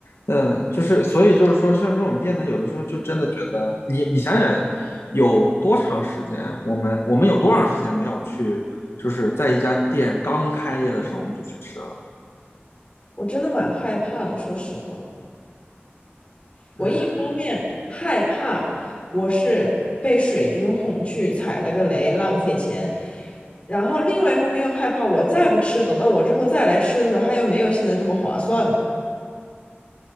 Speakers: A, on the left; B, on the left.
A: 嗯，呃就是所以就是说，像这种店呢，有的时候就真的觉得，你你想想，有多长时间，我们我们有多长时间没有去，就是在一家店刚开业的时候我们就去吃了，
B: 我真的蛮害怕的，说实话，我一方面害怕我是被水军哄去踩了个雷，
A: 唉。
B: 浪费钱，然后另外一方面又害怕我再不吃，等到我之后再来吃的时候，它又没有现在这么划算嘛。